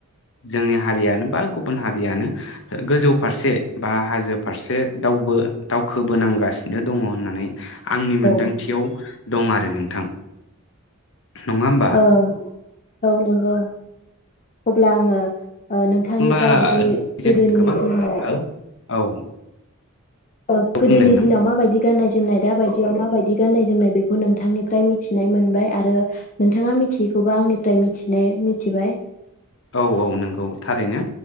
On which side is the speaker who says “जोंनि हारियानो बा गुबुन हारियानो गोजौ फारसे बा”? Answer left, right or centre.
Left